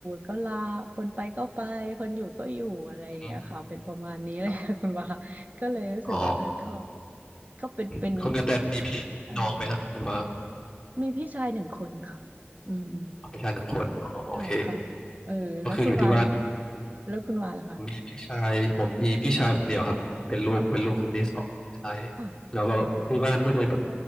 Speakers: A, on the right; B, on the left.
A: ก็ลาคนไปก็ไปคนอยู่ก็อยู่อะไรอย่างเงี้ยค่ะเป็นประมาณนี้เลยค่ะคุณว่า
B: อืมอืมครับ
A: <laughs> ก็เลยรู้สึกว่าเออก็
B: อ๋อ
A: ก็เป็นเป็น
B: อืมคุณกระแตมีพี่น้องไหมฮะหรือว่า
A: อะไรมีพี่ชายหนึ่งคนค่ะอืม
B: พี่ชายหนึ่งคนอ๋อโอเค
A: ใช่ค่ะเออแล้วคุณวานล่ะคะ
B: ก็คืออยู่ที่บ้าน
A: แล้วคุณวาล่ะคะ
B: มีพี่ชายผมมีพี่ชายคนเดียวครับ เป็นลูกเป็นลูกคนที่สองใช่
A: อ๋อค่ะ
B: แล้วก็ที่บ้านก็จะแบบ